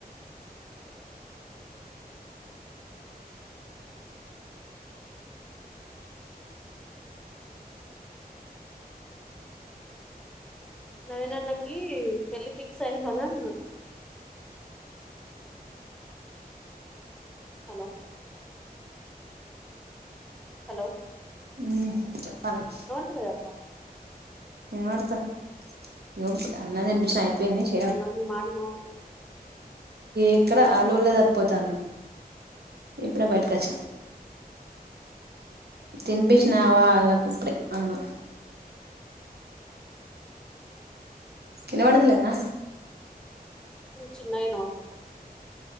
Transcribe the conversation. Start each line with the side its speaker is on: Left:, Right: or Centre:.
Centre: ఓ నవీనన్నకి పెళ్లి ఫిక్స్ అయిందని అన్నా హలో హలో
Right: మ్ చెప్పాలి
Centre: ఏం లేదక్క
Right: ఏమో అత్త ఇగో అన్నం తినిపించిన అయిపోయింది చెయ
Centre: అది మాటిన్ హాస్పిటల్
Right: ఎక్కడ ఆళ్ళోలే సరిపోతాంది ఇప్పుడే బయటకొచ్చిన తినిపించినవా ఆళ్ళకి ఇప్పుడే అన్నం ఇనబడతలేదా
Centre: చిన్న అయినవ్ అక్క